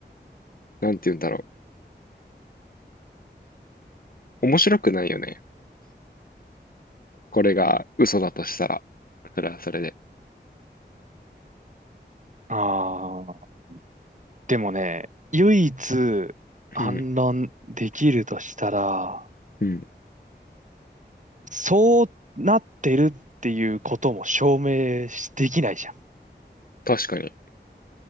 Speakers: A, on the left (about 55°); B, on the right (about 45°).
A: なんて言うんだろう。面白くないよね。これが嘘だとしたら、それはそれで。
B: ああ、でもね、唯一反論できるとしたら、
A: うん、うん、
B: そうなってるっていうことも証明しできないじゃん。
A: 確かに。